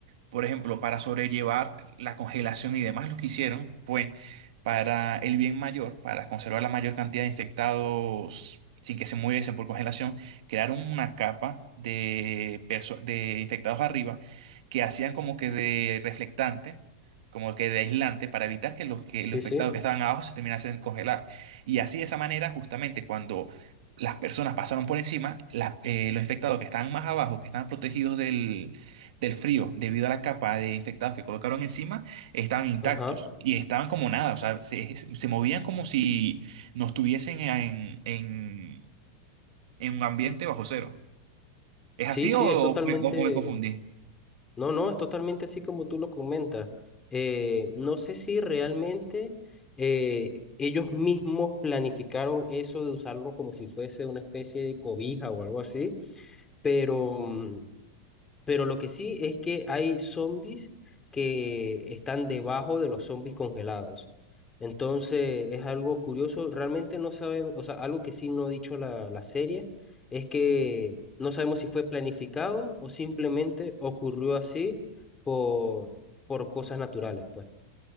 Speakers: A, on the right (about 75°); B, on the left (about 15°).
A: Por ejemplo, para sobrellevar la congelación y demás, lo que hicieron fue para el bien mayor, para conservar la mayor cantidad de infectados sin que se muriesen por congelación, crearon una capa de, perso- de infectados arriba que hacían como que de reflectante, como que de aislante, para evitar que los, que
B: Sí,
A: los infectados
B: sí.
A: que estaban abajo se terminasen de congelar. Y así de esa manera, justamente cuando las personas pasaron por encima, la- eh, los infectados que estaban más abajo, que estaban protegidos del frío, debido a la capa de infectados que colocaron encima, estaban intactos
B: Ajá.
A: y estaban como nada, o sea, se, se movían como si no estuviesen en, en, en un ambiente bajo cero. ¿Es
B: Sí,
A: así
B: sí,
A: o, No,
B: es totalmente,
A: o me, o me confundí?
B: no, no, es totalmente así como tú lo comentas. Eh, no sé si realmente eh, ellos mismos planificaron eso de usarlo como si fuese una especie de cobija o algo así, pero mm, pero lo que sí es que hay zombies que están debajo de los zombies congelados. Entonces es algo curioso, realmente no sabemos, o sea, algo que sí no ha dicho la, la serie es que no sabemos si fue planificado o simplemente ocurrió así por, por cosas naturales, pues.